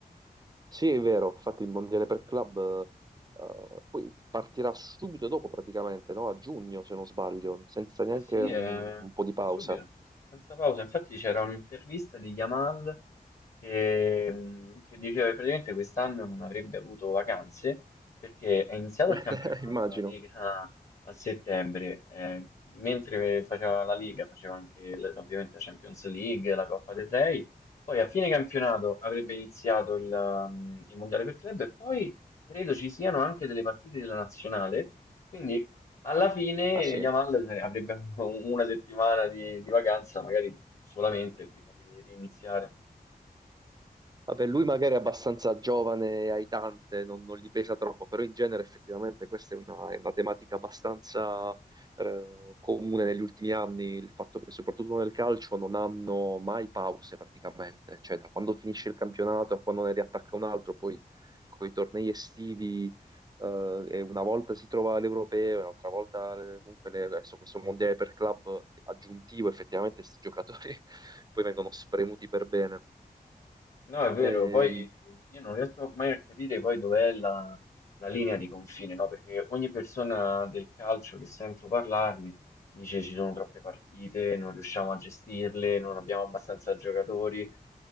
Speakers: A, on the right; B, on the left.
A: Sì, è vero, infatti il Mondiale per Club eh, poi partirà subito dopo praticamente, no? A giugno, se non sbaglio, senza neanche
B: Eh sì,
A: un,
B: è,
A: un po' di pausa,
B: è subito, senza pausa. Infatti c'era un'intervista di Yamal che, mh, che diceva che praticamente quest'anno non avrebbe avuto vacanze perché è iniziato
A: <laughs>
B: il campionato,
A: immagino.
B: la Lega a settembre, eh, mentre faceva la Lega, faceva anche l- ovviamente la Champions League, la Coppa del Re, poi a fine campionato avrebbe iniziato il, um, il Mondiale per club e poi credo ci siano anche delle partite della nazionale. Quindi alla fine
A: Ah sì.
B: Yamal
A: <laughs>
B: se- avrebbe un- una settimana di, di vacanza, magari solamente prima di riniziare.
A: Vabbè, lui magari è abbastanza giovane e aitante, non, non gli pesa troppo, però in genere effettivamente questa è una, è una tematica abbastanza eh, comune negli ultimi anni, il fatto che soprattutto nel calcio non hanno mai pause praticamente, cioè da quando finisce il campionato a quando ne riattacca un altro, poi con i tornei estivi eh, e una volta si trova l'Europeo, e un'altra volta eh, comunque le- adesso questo mondiale per club aggiuntivo, effettivamente questi giocatori <laughs> poi vengono spremuti per bene.
B: No, è vero,
A: Ehm,
B: poi io non riesco mai a capire poi dov'è la, la linea di confine, no? Perché ogni persona del calcio che sento parlarne dice ci sono troppe partite, non riusciamo a gestirle, non abbiamo abbastanza giocatori.